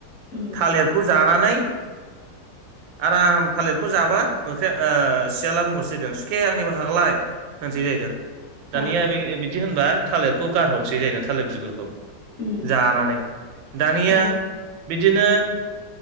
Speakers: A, on the left; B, on the right.
A: उम
B: थालिरखौ जानानै आराम थालिरखौ जाबा मोख्राया ओ सियाला बुंहरसै नो सुखे आं नि बाहागोआलाय होनसै जाहैदों। दानिया
A: औ
B: बे बिदि होनबा थालिरखौ गारहरनोसै जाहैदों थालिर बिगुरखौ
A: उम
B: जानानै। दानिया
A: औ
B: बिदिनो